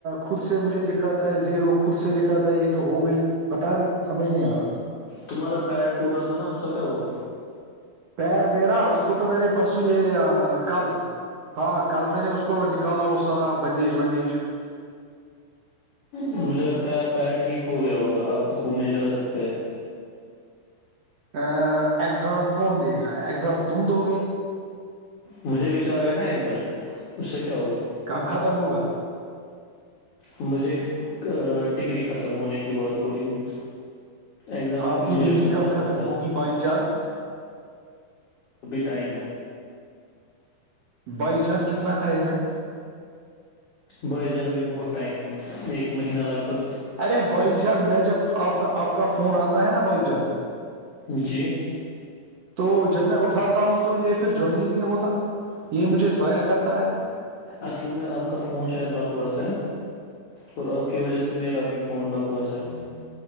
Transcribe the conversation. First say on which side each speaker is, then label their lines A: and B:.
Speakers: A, on the right; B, on the left.
A: خود سے مجھے دکھاتا ہے زیرو خود سے دکھاتا ہے یہ تو ہو گئی پتا نہیں سمجھ نہیں آ رہا
B: تمہارا پیر ٹوٹا تھا نا اس کا کیا ہوا
A: پیر میرا اس کو تو میرے پرسوں یہ کل ہاں کل میں نے اس کو نکالا وہ سارا بندیج وندیج
B: مجھے لگتا ہے آپ پیر ٹھیک ہو گیا ہوگا آپ گھومنے جا سکتے ہیں
A: ا ایگزام کون دے گا ایگزام تم دو گے
B: مجھے بھی چل رہا ہے نا ایکزم اس سے کیا ہوگا
A: کب ختم ہوگا
B: مجھے ڈگری ختم ہونے کی بات ہو رہی ہے اگزام
A: آپ
B: جونیئرس
A: کی ڈگری
B: کو
A: کب
B: ختم ہوتا
A: ہوگی
B: ہے
A: بائی جان
B: ٹائمہ
A: بھائی جان کتنا ٹائم ہے
B: بھائی جانا بھی بہت ٹائم ہے ایک مہینہ لگ بھگ
A: ارے بھائی جان میں جب تو آپ کا آپ کا فون آتا ہے نا بھائی جان
B: جی
A: تو جب میں اٹھاتا ہوں تو یہ پھر جوائن ہی نہیں ہوتا یہ مجھے ضائع کرتا ہے
B: اصل میں آپ کا فون شاید بکواس ہے اور آپ کی وجہ سے میرا بھی فون بکواس ہے